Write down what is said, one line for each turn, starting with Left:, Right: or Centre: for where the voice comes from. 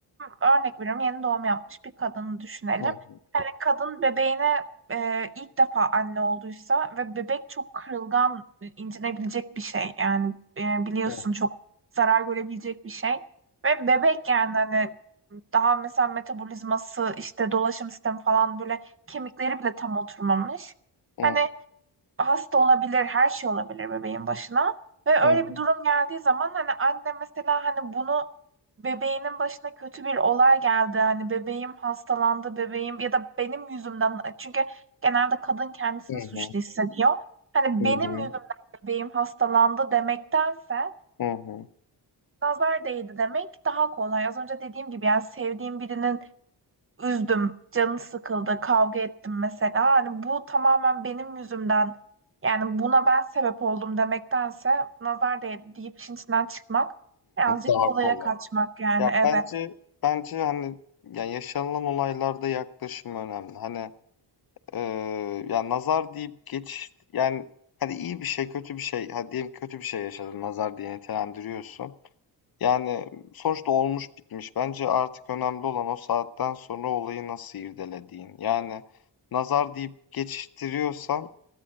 Right: örnek veriyorum yeni doğum yapmış bir kadını düşünelim.
Left: Hı
Right: Hani kadın bebeğine e, ilk defa anne olduysa ve bebek çok kırılgan, incinebilecek bir şey. Yani e, biliyorsun
Left: hı.
Right: çok zarar görebilecek bir şey. Ve bebek yani hani daha mesela metabolizması işte dolaşım sistemi falan böyle kemikleri bile tam oturmamış.
Left: Hı
Right: Hani
Left: hı.
Right: hasta olabilir, her şey olabilir bebeğin başına. Ve öyle
Left: Hı hı.
Right: bir durum geldiği zaman hani anne mesela hani bunu bebeğinin başına kötü bir olay geldi. Hani bebeğim hastalandı, bebeğim ya da benim yüzümden çünkü genelde kadın kendisini
Left: Hı
Right: suçlu
Left: hı.
Right: hissediyor. Hani
Left: Hı hı.
Right: benim yüzümden bebeğim hastalandı demektense
Left: Hı hı.
Right: nazar değdi demek daha kolay. Az önce dediğim gibi yani sevdiğim birinin üzdüm, canı sıkıldı, kavga ettim mesela. Hani bu tamamen benim yüzümden yani buna ben sebep oldum demektense nazar değdi deyip işin içinden çıkmak birazcık
Left: Daha
Right: kolaya
Left: kolay.
Right: kaçmak yani
Left: Ya
Right: evet.
Left: bence bence hani yani yaşanılan olaylarda yaklaşım önemli. Hani, eee, ya nazar deyip geç yani, hani iyi bir şey, kötü bir şey, hadi diyelim kötü bir şey yaşadın, nazar diye nitelendiriyorsun. Yani, sonuçta olmuş bitmiş. Bence artık önemli olan o saatten sonra olayı nasıl irdelediğin. Yani nazar deyip geçiştiriyorsan,